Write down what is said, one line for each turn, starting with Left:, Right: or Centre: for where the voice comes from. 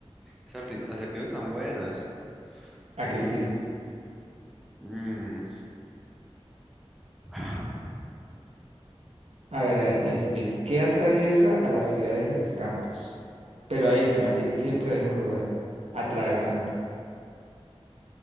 Centre: Esos arti- Acertijos tan buenos.
Right: ¿A
Centre: Mm,
Right: que sí?
Centre: mm, <sighs>
Right: A ver, a ver, piense, piense. ¿Qué atraviesa a las ciudades y a los campos? Pero ahí se mantiene siempre en el mismo lugar, atravesándolos.